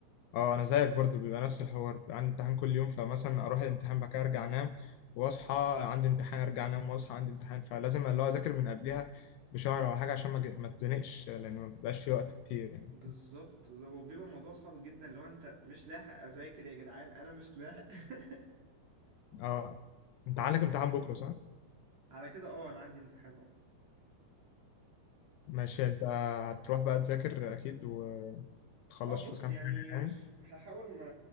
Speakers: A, on the left; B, on the right.
A: اه انا زيك برضو بيبقى نفس الحوار بيبقى عندي امتحان كل يوم فمثلا اروح الامتحان بعد كده ارجع انام واصحى عندي امتحان ارجع انام واصحى عندي امتحان فلازم اللي هو اذاكر من قبلها بشهر او حاجه عشان ما أج- ما اتزنقش لان ما بيبقاش في وقت كتير يعني
B: بالظبط بالظبط. وبيبقى الموضوع صعب جدا لو انت مش لاحق اذاكر يا جدعان انا مش لاحق <laughs>
A: اه انت عندك امتحان بكره صح
B: على كده اه انا عندي امتحان اه
A: ماشي انت هتروح بقى تذاكر اكيد وتخلص
B: اه بص
A: في كام
B: يعني
A: حاجه
B: مش
A: يعني
B: هحاول ما